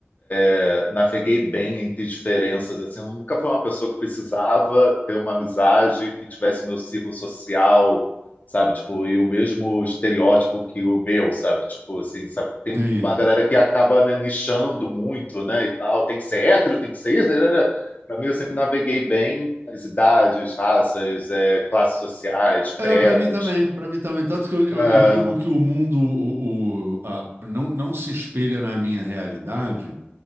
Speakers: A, on the left; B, on the right.
A: eh, naveguei bem entre diferenças, assim, eu nunca fui uma pessoa que precisava ter uma amizade que tivesse o meu círculo social, sabe? Tipo, e o mesmo estereótipo que o meu, sabe? Tipo, assim, sabe? Tem
B: sim.
A: uma galera que acaba, né, nichando muito, né, e tal, tem que ser hétero, tem que ser isso, Para mim, eu sempre naveguei bem as idades, raças, eh, classes sociais, credos,
B: É, para mim também, para mim também. Tanto que eu, eu-
A: ah,
B: eu digo que o mundo o, o- a- não, não se espelha na minha realidade,